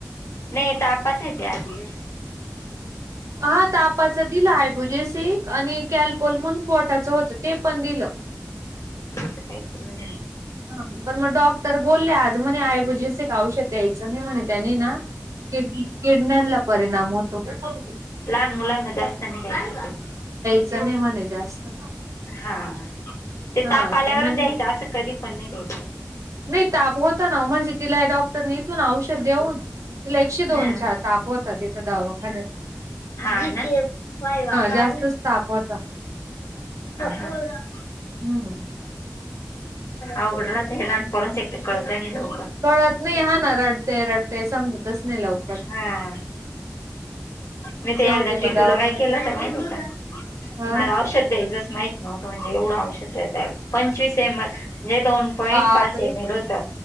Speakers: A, on the left; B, on the right.
A: नाही तापचा आहे ते आयबीजस
B: हा तापाचा दिला आयबुजीस. सिक आणि कॅलपोल म्हणून पोटाचा होतं ते पण दिलं.
A: सकाळी पूर्ण जणी
B: हा पण मग डॉक्टर बोलले आ जमने आयबुजिसिक औषध द्यायचं नी म्हणून त्याने न किड किडन्यांला परिणाम होतो. हो.
A: लहान मुलांना जास्त नाय द्यायचा.
B: चने मने जास्त
A: हा ते
B: हा
A: ताप आल्यावरच
B: ते म्हणे
A: द्यायचं असं कधी पण नाही द्यायचं.
B: नाही ताप होता ना ओमानची तिला डॉक् टर इथून औषध देऊन तिला एकशे दोन
A: हा
B: चार ताप होतात तिथं दवाखान्यात
A: हा ना हा
B: जास्तच ताप होता
A: हा.
B: हम्म.
A: अवगड राती हेला आणि पोरांचा एक तर कळतं नी लव
B: कळत नाही हा ना रडते-रडते समजतच नाही लवकर.
A: हा मी ते
B: शेवटी
A: एकदा
B: मग
A: टिटूला
B: दवाखान्यातच
A: काय केलं तर नाही होता
B: हा
A: मला औषध द्यायचंच माहित नव्हतं म्हणजे एवढं औषध देताय पंचवीस एम एल ने दोन पॉईंट
B: बापरे
A: पाच एम एल होतं